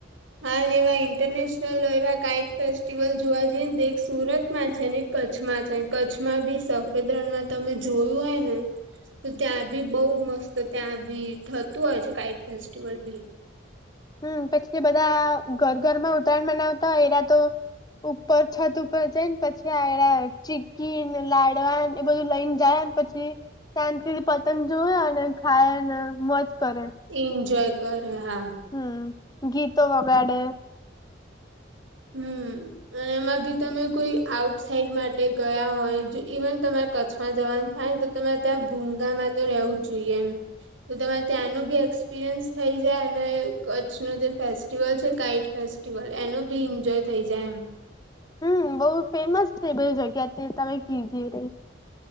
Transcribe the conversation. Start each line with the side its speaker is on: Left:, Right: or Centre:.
Right: હા અને એવા ઈન્ટરનેશનલ એવા કાઈટ ફેસ્ટિવલ જોવા જઈએ ને તો એક સુરતમાં છે ને એક કચ્છમાં છે કચ્છમાં બી સફેદ રણમાં તમે જોયું હોય ને તો ત્યાં બી બઉ જ મસ્ત ત્યાં બી થતું હોય છે કાઇટ ફેસ્ટિવલ બી.
Left: હમ પછી બધા ઘર ઘરમાં ઉત્તરાયણ બનાવતા હોય એના તો ઉપર છત ઉપર જાય ને પછી આગળ ચીકીને લાડવાન એ બધું લઈને જાય ને. પછી શાંતિથી પતંગ જોએ અને ખાય અને મજ કરે
Right: એન્જોય કરે હા.
Left: હમ્મ ગીતો વગાડે.
Right: હમ્મ. અને એમાં બી તમે કોઈ આઉટ સાઇડ માટે ગયા હોય જો ઈવન તમારે કચ્છમાં જવાનું થય તો. તમારે ત્યાં ભૂંગામાં તો રહેવું જ જોઈએ એમ તો તમારે ત્યાંનું બી એક્સપિરિયન્સ થઈ જાય અને કચ્છ ન જે ફેસ્ટિવલ છે કાઇક ફેસ્ટિવલ એનો ભી એન્જોય થઈ જાય એમ.
Left: હમ બઉુ ફેમસ છે બધ જગ્યાથી તમે કીધ રહી.